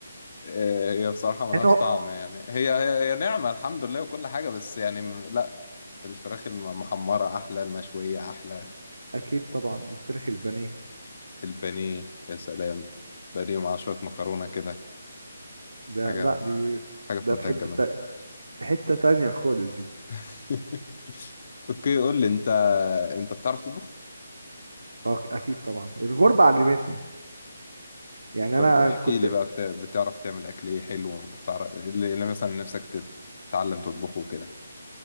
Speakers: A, on the left (about 50°); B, on the right (about 85°).
A: آه، هي بصراحه ملهاش
B: انه
A: طعم يعني هي هي هي نعمه الحمد لله وكل حاجه بس يعني م- لا الفراخ المحمره احلى المشويه احلى
B: اكيد طبعا الفراخ البانيه
A: البانيه يا سلام بانيه مع شويه مكرونه كده
B: ده
A: حاجه
B: لا دي
A: حاجه في
B: ده
A: منتهى
B: في حته
A: الجمال
B: تا- في حته تانية خالص دي
A: <laughs> اوكي قول لي انت انت بتعرف تطبخ
B: اه اكيد طبعا الغربه علمتني يعني
A: طب
B: انا
A: احكي
B: كنت
A: لي بقى بت- بتعرف تعمل اكل ايه حلو وبتعرف إيه اللي اللي مثلا نفسك تت- تتعلم تطبخه كده